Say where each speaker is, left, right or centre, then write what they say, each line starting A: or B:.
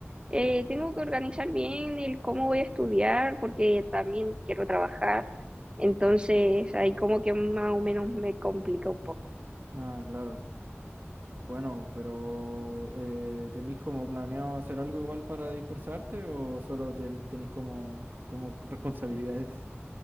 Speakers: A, on the right (about 20°); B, on the right (about 50°).
A: Eh, tengo que organizar bien el cómo voy a estudiar, porque también quiero trabajar. Entonces, ahí como que más o menos me complica un poco.
B: Ah, claro. Bueno, pero eh, ¿tenéis como planeado hacer algo igual para dispersarte o solo ten- tenéis como, como responsabilidades?